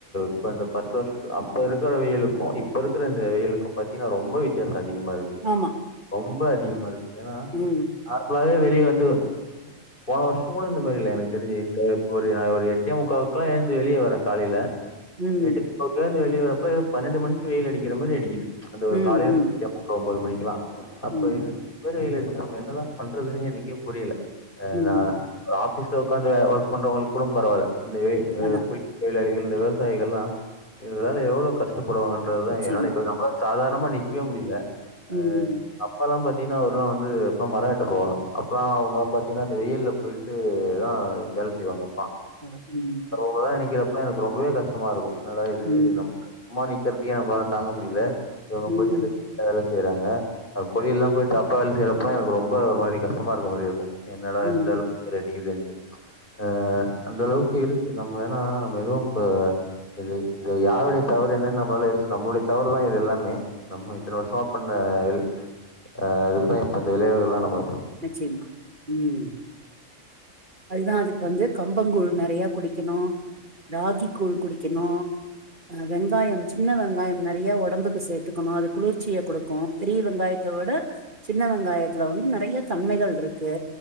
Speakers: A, on the left; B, on the right.
A: இப்ப இந்த பத்து வருஷத்துக்கு அப்ப இருக்கிற வெயிலுக்கு இப் ப இருக்கிற இந்த வெயிலுக்கு பாத்தீங்கன்னா ரொம்ப வித்தியாசோ அதிகமா இருக்கு
B: ஆமா
A: ரொம்ப அதிகமா இருக்கு ஏனா
B: ம்
A: நார்மலாவே வெளிய வந்து போன வர்ஷோங்கூட இந்த மாரி இல்ல எனக்கு தெரிஞ்சி இந்த இப்போ நா ஒரு எட்டே முக்காவுக்கல்லா எழுந்து வெளியே வரே காலைல
B: ம்
A: எட் மு எழுந்து வெளில வரறப்ப பன்னெண்டு மணிக்கு வெயில் அடிக்கற மாரி அடிக்குது அந்த ஒரு
B: ம்
A: காலைல
B: ம்
A: எட்டே முக்கா ஒம்போது மணிக்குலா அப்ப
B: ம்
A: இது <inaudible> வெய்யில் அடிச்ச நம்ம என்னதா பண்றதுன்னே எனக்கே புரியல அ
B: ம்
A: நா ஆபிஸ்ல உக்காந்து ஒர்க் பண்றவங்களுக்கூட பரவால்ல இந்த வெ அ
B: அதா
A: கூ லி தொழிலாளிகள் இந்த விவசாயிகள்லா இதனால எவ்ளோ கஷ்டப்படுவாங்கன்றதா
B: நிச்சயமா
A: என்னால <inaudible> சாதாரணமா நிக்கவே முடியல அ
B: ம்
A: அப்பாலா பாத்தீங்கன்னா அவரலா வந்து மர வெட்ட போவாங்க அப்பெல்லா அவங்கல்லா பாத்தீங்கன்னா அ வெயில்ல போயிட் ட்டுதா வேல செய்வாங்க அப்பா
B: ஆ ம்
A: அப்பாலா நிக்கிறப்பல எனக்கு ரொம்பவே கஷ்டமாருக்கு என்னடாயிது
B: ம்
A: நம் சும்மா நிக்கிறதக்கே நம்மளால தாங்க முடியல இவங்க
B: ம் ம்
A: போயிட்டுயிந்த வேல செய்றாங்க அ கொரியெல்லா போயிட்டு அப்பா வேல செய்றப்ப எனக்கு ரொம்ப ஒரு மாரி கஷ்டமாருக்க மாரிருக்கு என்னடா
B: ம்
A: இந்தளவுக்கு ரெடிக்குதுண்ட்டு ஆ அந்தளவுக்கு இருக்கு நம்ம ஏன்னா நம்ம எதுவு இப்ப இது இது யாருடைய தவறு என்னனு நம்மளால நம்மளுடைய தவறு தா இது எல்லாமே நம்ம இத்தன வருஷமா பண்ண இது அ இதுக்குதா இப்ப இந்த விளைவுகல்லா நம்ப
B: நிச்சயமா ம் அதுதா அதுக்கு வந்து கம்பங்கூழ் நெறைய குடிக்கணு ராகி கூழ் குடிக்கணு வெங்காயம் சின்ன வெங்காயம் நெறைய உடம்புக்கு சேத்துக்கணு அது குளிர்ச்சிய குடுக் கு பெரிய வெங்காயத்தை விட சின்ன வெங்காயத்துல வந்து நெறைய தன்மைகள்ருக்கு